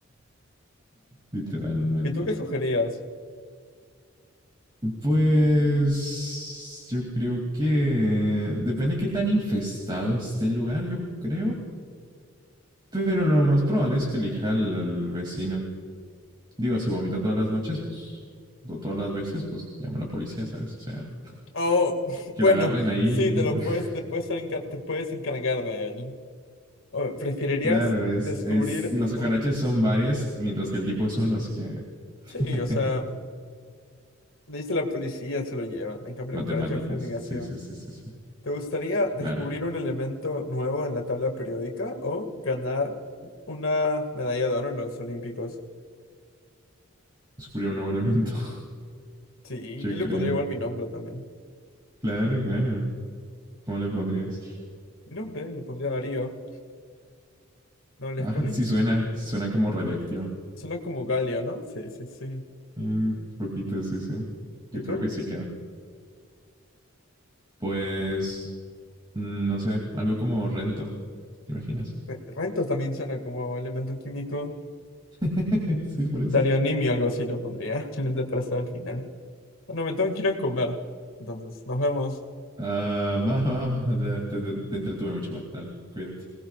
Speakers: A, on the right; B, on the left.
A: Literalmente.
B: ¿Y tú qué escogerías?
A: Pues yo creo que depende de qué tan infestado esté el lugar, yo creo. Pero lo más probable es que elija al, al vecino. Digo, si vomita todas las noches, pues, o todas las veces, pues llama a la policía, ¿sabes? O sea,
B: Oh, <laughs>
A: que
B: bueno,
A: lo agarren ahí.
B: sí, te lo
A: y- <laughs>
B: puedes, te puedes encar- te puedes encargar de él. O, ¿preferirías
A: claro, es,
B: descubrir
A: es, y las cucarachas
B: un...
A: son varias, mientras que el tipo es uno, así que. <laughs>
B: Sí, o sea, le dice a la policía, se lo llevan. En cambio,
A: Matemáticas.
B: la cucaracha fumigación.
A: Sí, sí, sí, sí, sí.
B: ¿Te gustaría descubrir
A: Claro.
B: un elemento nuevo en la tabla periódica o ganar una medalla de oro en los Olímpicos?
A: Descubrió un nuevo elemento. <laughs>
B: Sí,
A: Yo
B: yo le
A: creo.
B: pondría igual mi nombre también.
A: Claro, claro. ¿Cómo le pondrías?
B: Mi nombre le pondría Darío. No, les
A: Ah,
B: ponen.
A: sí suena, suena como radiactivo.
B: Suena como galio, ¿no? Sí, sí, sí.
A: Un poquito, sí, sí. Yo
B: ¿Y tú?
A: creo que sí queda. Pues Mm, No sé, algo como rento. ¿Te imaginas?
B: Re- Rentos también suena como elemento químico.
A: <laughs> sí, por eso.
B: Darionimio, algo así lo pondría. <laughs> Excelente para estar al final. Bueno, me tengo que ir a comer. Entonces, nos vemos.
A: Ah, va, va, va. Te, te- te entretuve mucho, va. Dale, cuídate.